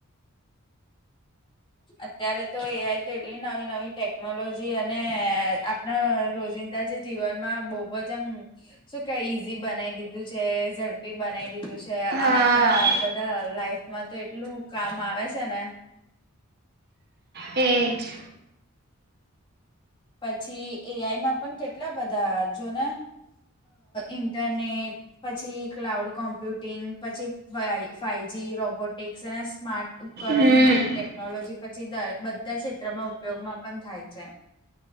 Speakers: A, on the left; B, on the right.
A: અત્યારે તો એ તેટલી નવી નવી ટેકનોલોજી અને આપણા રોજિંદા જે જીવનમાં બહુ બહુ જ અમ શું કે ઈઝી બનાવી દીધું છે ઝડપ બનાવી દીધું છે
B: હા
A: અને આપણા બધા લાઈફમાં તો એટલું કામ આવે છે ને
B: એ જ
A: પછી એ આઈ માં પણ કેટલા બધા જોને ઇન્ટરનેટ પછી ક્લાઉડ કોમ્પ્યુટિંગ પછી ફાઇ ફાઈવ જી રોબોટિક્સ અને સ્માર્ટ ઉપકરણો
B: હમ
A: જેવી ટેકનોલોજી પછી દા બધા ક્ષેત્રમાં ઉપયોગમાં પણ થાય છે